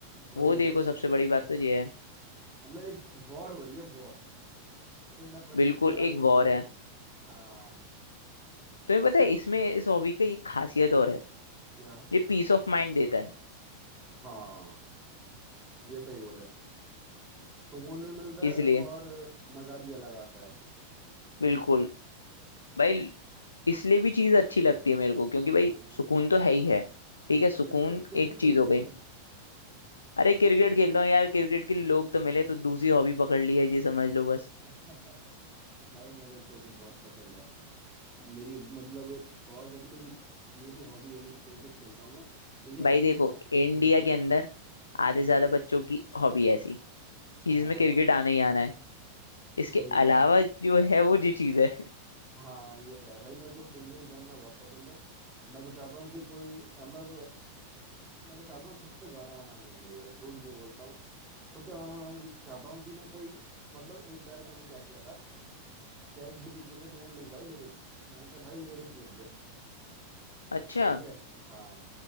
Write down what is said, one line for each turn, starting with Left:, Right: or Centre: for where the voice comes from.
Right: वही
Left: वो देखो
Right: तो
Left: सबसे बड़ी बात तो ये है
Right: मतलब एक वॉर हो रही है वॉर सेनापतियों
Left: बिल्कुल
Right: की लड़ाई
Left: एक
Right: हो
Left: वॉर
Right: रही है
Left: है
Right: हाँ
Left: तुम्हें पता है इसमें इस हॉबी का ये खासियत और है
Right: क्या
Left: ये पीस ऑफ माइंड देता है
Right: हाँ ये सही बोले सुकून भी मिलता
Left: इसलिए
Right: है और मजा भी अलग आता है
Left: बिल्कुल भाई इसलिए भी चीज अच्छी लगती है मेरे को क्योंकि भाई
Right: हाँ
Left: सुकून तो है ही है ठीक है सुकून
Right: तो क्रिकेट क्रिकेट
Left: एक
Right: खेलते
Left: चीज हो
Right: हो
Left: गई
Right: तुम
Left: अरे क्रिकेट खेलता हूँ यार क्रिकेट के लिए लोग तो मिले तो दूसरी हॉबी पकड़ ली है ये समझ लो बस
Right: <laughs> भाई मेरे को क्रिकेट बहुत पसंद है मेरी मतलब बहुत ज्यादा मेरी ये भी हॉबी है मेरी क्रिकेट खेलता हूँ मैं ठीक है
Left: भाई देखो
Right: हम्म
Left: इंडिया के अंदर आधे
Right: हम्म
Left: से ज्यादा बच्चों की हॉबी ऐसी कि
Right: हाँ
Left: जिसमें क्रिकेट आना ही आना है इसके
Right: सही
Left: अलावा
Right: बात
Left: जो है वो जी चीज है
Right: हाँ ये तो है भाई मेरे को सिंगिंग करना बहुत पसंद है मैं तो चाहता हूँ कि कोई मतलब मैं तो चाहता हूँ खुद से गाना बनाने के लिए भाई झूठ नहीं बोलता हूँ खुद से गाना बनाने चाहता हूँ कि मैं कोई मतलब एक बार मैंने क्या किया था चैट जीपीटी से मैंने लिखवाई लिरिक्स मैंने कहा भाई लिरिक्स लिख दे
Left: <laughs> अच्छा
Right: ठीक है हाँ